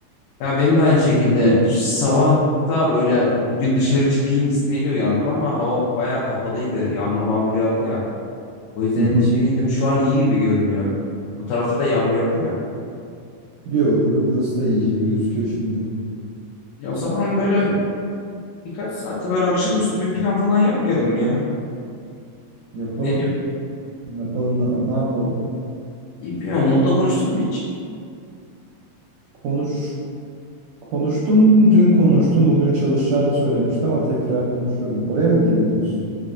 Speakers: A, on the left; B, on the right.
A: Ya benim de aynı şekilde ş- sabah da böyle bugün dışarı çıkayım isteğiyle uyandım ama hava bayağı kapalıydı. Yağmur mağmur yağdı ya. O yüzden
B: Hı hı.
A: dışarıydım. Şu an iyi gibi görünüyor. Bu tarafta da yağmur yok değil mi?
B: Yo, bur- burası da iyi gibi gözüküyor şimdi.
A: Ya o zaman böyle birkaç saate böyle akşamüstü bir plan falan yapmayalım mı ya.
B: Yapalım.
A: Ne diyor?
B: Yapalım. Ne, ne yapalım?
A: Bilmiyorum. Umut'la konuştun mu hiç?
B: Konuş. Konuştum. Dün konuştum. Bugün çalışacağını söylemişti ama tekrar konuşurum. Oraya mı gidelim diyorsun?